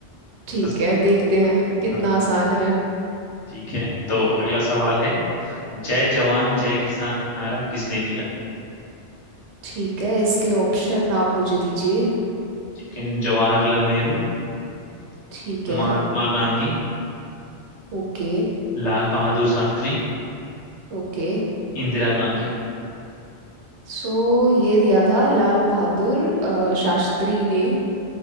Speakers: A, on the right; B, on the left.
A: ठीक
B: बस
A: है देखते
B: हाँ
A: हैं कितना
B: हाँ,
A: आसान है
B: ठीक है तो अगला सवाल है जय जवान जय किसान नारा किसने दिया
A: ठीक है इसके ऑप्शन आप मुझे दीजिए
B: ठीक है जवाहरलाल नेहरू
A: ठीक है
B: महात्मा गांधी
A: Okay
B: लाल बहादुर शास्त्री
A: okay
B: इंदिरा गांधी
A: सो ये दिया था लाल बहादुर अ, शास्त्री ने